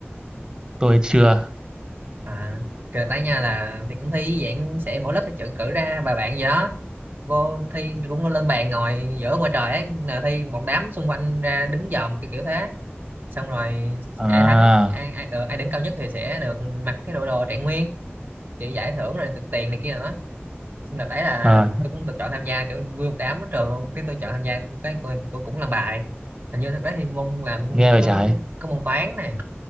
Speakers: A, on the right; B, on the right.
A: tôi chưa
B: à cái đợt đấy nha là thì cũng thi dạng sẽ mỗi lớp sẽ chọn cử ra vài bạn gì đó vô thi cũng lên bàn ngồi giữa ngoài trời ấy là thi một đám xung quanh ra đứng dòm kiểu kiểu thế xong rồi
A: à,
B: ai thắng ai ai, ờ, ai điểm cao nhất thì sẽ được mặc cái đồ đồ trạng nguyên chịu giải thưởng rồi được tiền này kia nữa xong đợt đấy là
A: ờ,
B: tôi cũng được chọn tham gia kiểu vui một đám ở trường luôn cái tôi chọn tham gia cái tôi, tôi cũng làm bài hình như thật đấy thì môn là môn
A: nghe về
B: có
A: trái
B: có môn toán này